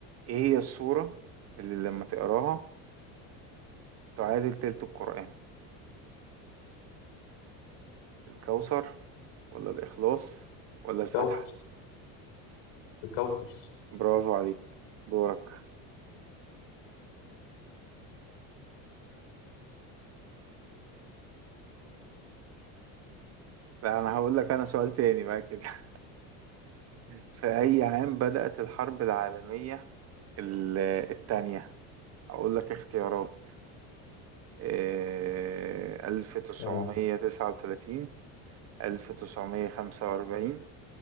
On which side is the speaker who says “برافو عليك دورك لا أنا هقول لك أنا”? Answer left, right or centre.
Right